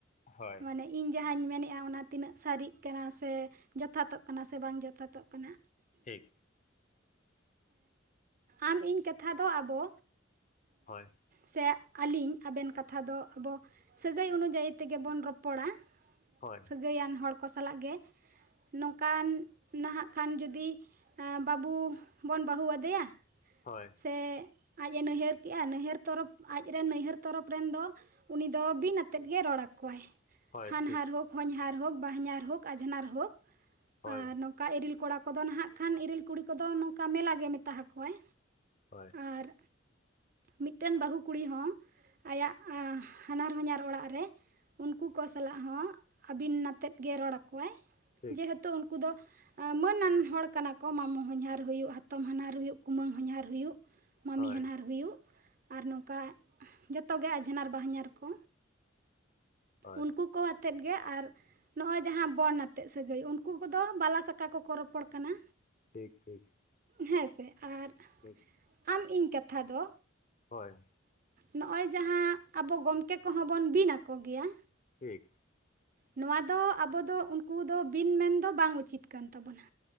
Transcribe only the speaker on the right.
ᱢᱟᱱᱮ ᱤᱧ ᱡᱟᱦᱟᱸᱧ ᱢᱮᱱᱮᱫᱼᱟ ᱚᱱᱟ ᱛᱤᱱᱟᱹᱜ ᱥᱟᱹᱨᱤᱜ ᱠᱟᱱᱟ ᱥᱮ ᱡᱚᱛᱷᱟᱛᱚᱜ ᱠᱟᱱᱟ ᱥᱮ ᱵᱟᱝ ᱡᱚᱛᱷᱟᱛᱚᱜ ᱠᱟᱱᱟ᱾
ᱟᱢ ᱤᱧ ᱠᱟᱛᱷᱟ ᱫᱚ ᱟᱵᱚ
ᱥᱮ ᱟᱹᱞᱤᱧ ᱟᱵᱮᱱ ᱠᱟᱛᱷᱟ ᱫᱚ ᱟᱵᱚ ᱥᱟᱹᱜᱟᱹᱭ ᱚᱱᱩᱡᱟᱭᱤ ᱛᱮᱜᱮ ᱵᱚᱱ ᱨᱚᱯᱚᱲᱟ
ᱥᱟᱹᱜᱟᱹᱭᱟᱱ ᱦᱚᱲ ᱠᱚ ᱠᱚ ᱥᱟᱞᱟᱜ ᱜᱮ ᱱᱚᱝᱠᱟᱱ ᱱᱟᱦᱟᱜ ᱠᱷᱟᱱ ᱡᱩᱫᱤ ᱮᱻ ᱵᱟᱹᱵᱩ ᱵᱚᱱ ᱵᱟᱹᱦᱩ ᱟᱫᱮᱭᱟ
ᱥᱮᱻ ᱟᱡᱼᱮ ᱱᱟᱹᱦᱟᱹᱨ ᱠᱮᱜᱼᱟ ᱱᱟᱹᱦᱟᱹᱨ ᱛᱚᱨᱚᱯᱷ ᱟᱡ ᱨᱮᱱ ᱱᱟᱹᱦᱟᱹᱨ ᱛᱚᱨᱚᱯᱷ ᱨᱮᱱ ᱫᱚ ᱩᱱᱤ ᱫᱚ ᱵᱤᱱ ᱟᱛᱮᱫ ᱜᱮ ᱨᱚᱲ ᱟᱠᱚᱣᱟᱭ
ᱦᱟᱱᱦᱟᱨ
ᱦᱳᱠ ᱦᱚᱧᱦᱟᱨ ᱦᱳᱠ ᱵᱟ ᱦᱚᱧᱦᱟᱨ ᱦᱳᱠ ᱟᱡᱷᱱᱟᱨ ᱦᱳᱠ
ᱟᱨ ᱚᱠᱟ ᱤᱨᱤᱞ ᱠᱚᱲᱟ ᱠᱚᱫᱚ ᱱᱟᱦᱟᱜ ᱠᱷᱟᱱ ᱤᱨᱤᱞ ᱠᱩᱲᱤ ᱠᱚᱫᱚ ᱱᱚᱝᱠᱟ ᱢᱮᱞᱟ ᱜᱮ ᱢᱮᱛᱟ ᱟᱠᱚᱣᱟᱭ
ᱟᱨ ᱢᱤᱫᱴᱮᱱ ᱵᱟᱹᱦᱩ ᱠᱩᱲᱤ ᱦᱚᱸ ᱟᱭᱟᱜ ᱟᱸᱻ ᱦᱟᱱᱟᱨ ᱦᱚᱸᱧᱟᱨ ᱚᱲᱟᱜ ᱨᱮ ᱩᱱᱠᱩ ᱠᱚ ᱥᱟᱞᱟᱜ ᱦᱚᱸ ᱟᱹᱵᱤᱱ ᱱᱟᱛᱮᱫ ᱜᱮ ᱨᱚᱲ ᱟᱠᱚᱣᱟᱭ
ᱡᱮᱦᱮᱛᱩ ᱩᱱᱠᱩ ᱫᱚ ᱢᱟᱹᱱ ᱟᱱ ᱦᱚᱲ ᱠᱟᱱᱟ ᱠᱚ ᱢᱟᱢᱚ ᱦᱚᱧᱦᱟᱨ ᱦᱩᱭᱩᱜ ᱦᱟᱛᱚᱢ ᱦᱚᱧᱦᱟᱨ ᱦᱩᱭᱩᱜ ᱠᱩᱢᱟᱹᱝ ᱦᱚᱧᱦᱟᱨ ᱦᱩᱭᱩᱜ ᱢᱟᱹᱢᱤ
ᱦᱟᱱᱦᱟᱨ ᱦᱩᱭᱩᱜ ᱟᱨ ᱱᱚᱝᱠᱟ ᱡᱚᱛᱚ ᱜᱮ ᱟᱡᱷᱱᱟᱨ ᱵᱟ ᱦᱚᱧᱦᱟᱨ ᱠᱚ
ᱩᱱᱠᱩ ᱠᱚ ᱟᱛᱮᱫ ᱜᱮ ᱟᱨ ᱱᱚᱜ ᱚᱭ ᱡᱟᱦᱟᱸ ᱵᱚᱱ ᱟᱛᱮᱜ ᱥᱟᱹᱜᱟᱹᱭ ᱩᱱᱠᱩ ᱠᱚᱫᱚ ᱵᱟᱞᱟ ᱥᱟᱠᱟ ᱠᱚᱠᱚ ᱨᱚᱯᱚᱲ ᱠᱟᱱᱟ
ᱦᱮᱸ ᱥᱮ ᱟᱨ
ᱟᱢ ᱤᱧ ᱠᱟᱛᱷᱟ ᱫᱚ᱾
ᱱᱚᱜᱼᱚᱭ ᱡᱟᱦᱟᱸ ᱟᱵᱚ ᱜᱚᱢᱠᱮ ᱠᱚᱦᱚᱸ ᱵᱚᱱ ᱵᱤᱱ ᱟᱠᱚ ᱜᱮᱭᱟ?.
ᱱᱚᱣᱟ ᱫᱚ ᱟᱵᱚ ᱫᱚ ᱩᱱᱠᱩ ᱫᱚ ᱵᱤᱱ ᱢᱮᱱᱫᱚ ᱵᱟᱝ ᱩᱪᱤᱛ ᱠᱟᱱ ᱛᱟᱵᱚᱱᱟ